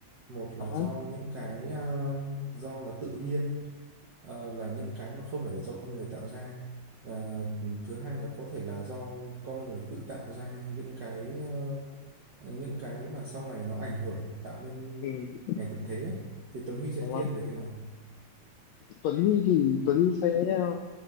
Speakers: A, on the right; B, on the left.
A: Một là
B: có.
A: do những cái ờ, do là tự nhiên, ờ, là những cái mà không phải là do con người tạo ra. Và ừ, thứ hai là có thể là do con người tự tạo ra những cái ờ, ờ, những cái mà sau này nó ảnh hưởng tạo nên
B: Ừ,
A: ngày tận thế ấy, thì Tuấn Huy sẽ
B: đúng rồi.
A: thiên về cái nào?
B: Tuấn Huy thì Tuấn Huy sẽ ờ,